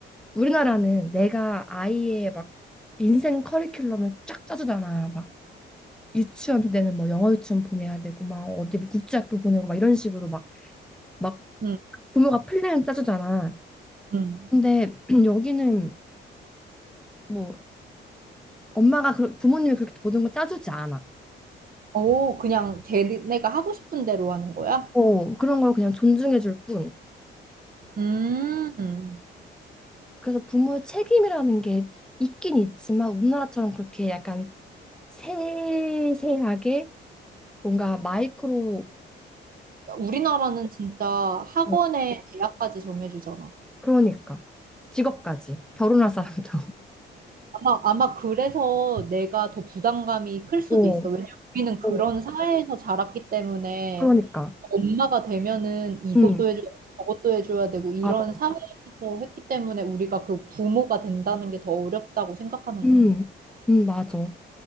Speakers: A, in the centre; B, on the right (about 45°).
A: 우리나라는 내가 아이의 막 인생 커리큘럼을 쫙 짜주잖아. 막 유치원 때는 뭐 영어 유치원 보내야 되고 막 어디 뭐 국제학교 보내고 막 이런 식으로 막 막
B: 음,
A: 부모가 플랜을 짜주잖아.
B: 음.
A: 근데 <clears throat> 여기는 뭐 엄마가 그, 부모님이 그렇게 모든 걸 짜주지 않아.
B: 오, 그냥 걔네가 하고 싶은 대로 하는 거야?
A: 어, 그런 걸 그냥 존중해 줄 뿐.
B: 음,
A: 그래서 부모의 책임이라는 게 있긴 있지만 우리나라처럼 그렇게 약간 세세하게 뭔가 마이크로
B: 우리나라는 진짜 학원에
A: 어,
B: 대학까지 정해주잖아.
A: 그러니까 직업까지 결혼할 사람도
B: 아마, 아마 그래서 내가 더 부담감이 클 수도
A: <laughs> 어,
B: 있어. 왜냐면 우리는 그런
A: 어,
B: 사회에서 자랐기 때문에
A: 그러니까.
B: 엄마가 되면은 이것도
A: 음,
B: 해줘야 되고 저것도 해줘야 되고 이런
A: 맞아.
B: 사회에서 했기 때문에 우리가 그 부모가 된다는 게 더 어렵다고 생각하는
A: 음,
B: 것 같아.
A: 음, 맞아.